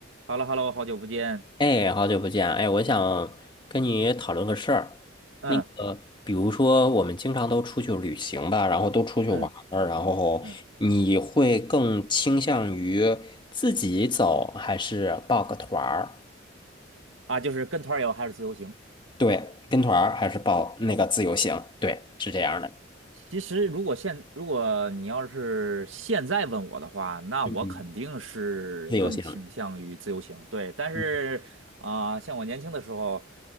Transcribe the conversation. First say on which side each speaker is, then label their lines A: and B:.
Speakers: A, on the right; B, on the left.
A: 哈喽哈喽，好久不见。
B: 哎，好久不见啊！哎，我想跟你讨论个事儿。
A: 嗯
B: 那个，比如说，我们经常都出去旅行吧，然后都出去玩儿，
A: 嗯
B: 然后你会更倾向于自己走，
A: 嗯，
B: 还是报个团儿？
A: 啊，就是跟团儿游还是自由行？
B: 对，跟团儿还是报那个自由行？对，是这样的。
A: 其实如果现如果你要是现在问我的话，那我肯定是更倾向于自由行。
B: 嗯，自由行，
A: 对，但是啊、
B: 嗯
A: 像我年轻的时候，